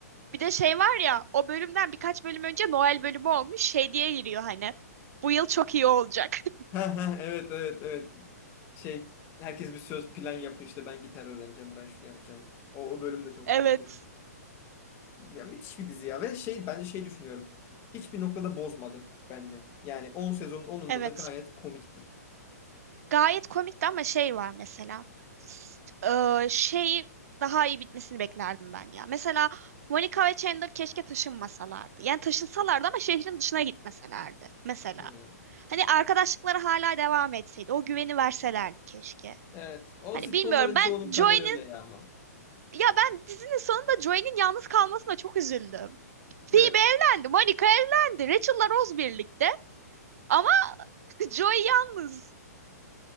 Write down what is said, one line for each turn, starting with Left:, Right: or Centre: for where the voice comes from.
Right: Bir de şey var ya o bölümden birkaç bölüm önce Noel bölümü olmuş şey diye giriyor hani. Bu yıl çok iyi olacak. <laughs>
Left: <laughs> Evet evet evet. Şey herkes bir söz plan yapıyor işte ben gitar öğreneceğim ben şunu yapacağım. O, o bölüm de çok
Right: Evet.
Left: komik ya. Ya müthiş bir dizi ya ve şey bence şey düşünüyorum. Hiçbir noktada bozmadı bence. Yani 10 sezonun 10'unda
Right: Evet.
Left: da gayet komikti.
Right: Gayet komikti ama şey var mesela. S- eee, şey daha iyi bitmesini beklerdim ben ya. Mesela Monica ve Chandler keşke taşınmasalardı. Yani taşınsalardı ama şehrin dışına gitmeselerdi mesela.
Left: Hmm.
Right: Hani arkadaşlıkları hala devam etseydi. O güveni verselerdi keşke.
Left: Evet. O
Right: Hani
Left: sitcomların
Right: bilmiyorum ben
Left: çoğunun kaderi
Right: Joey'nin
Left: öyle ya ama.
Right: ya ben dizinin sonunda Joey'nin yalnız kalmasına çok üzüldüm. Phoebe
Left: Evet.
Right: evlendi, Monica evlendi, Rachel'la Rose birlikte ama <laughs> Joey yalnız.